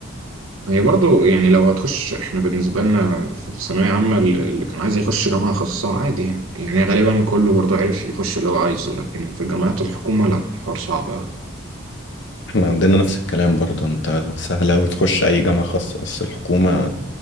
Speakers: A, on the right; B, on the left.
A: هي برضو يعني لو هتخش احنا بالنسبة لنا في في ثانوية عامة ال- اللي كان عايز يخش جامعة خاصة عادي يعني يعني غالبا كله برضو عرف يخش اللي هو عايزه لكن في جامعات الحكومة لا الحوار صعب أوي
B: احنا عندنا نفس الكلام برضه انت سهل أوي تخش أي جامعة خاصة بس الحكومة